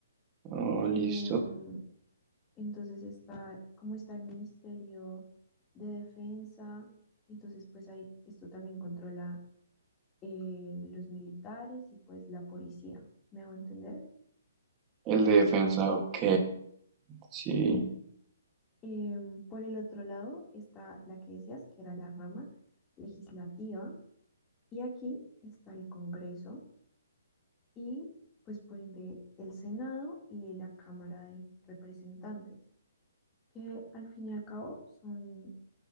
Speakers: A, on the right; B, on the left.
A: Ah,
B: Em,
A: listo.
B: Entonces está, como está el Ministerio de Defensa, entonces pues ahí esto también controla eh, los militares y pues la policía, ¿me hago entender?
A: El de defensa, ok. Sí.
B: Em, por el otro lado está la que decías, que era la rama legislativa, y aquí está el Congreso y pues por ende el Senado y la Cámara de Representantes, que al fin y al cabo son